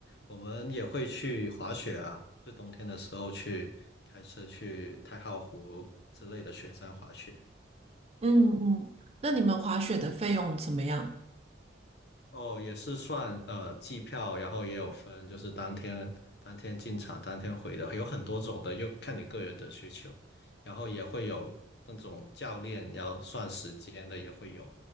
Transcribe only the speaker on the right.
嗯嗯，那你们滑雪的费用怎么样？